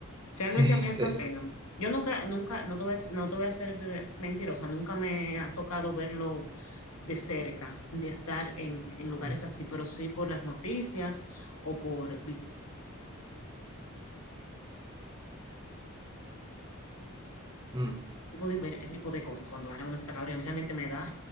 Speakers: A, on the left; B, on the right.
A: realmente
B: Sí,
A: a mí hasta
B: sí.
A: pena. me da. Yo nunca, nunca, no te voy a, no te voy a ser eh, mentirosa, nunca me ha tocado verlo de cerca, ni estar en, en lugares
B: Mm,
A: así, pero sí por las noticias o por vi-
B: mm,
A: he podido ver ese tipo de cosas cuando agarran unos atracadores. Y a mí realmente me da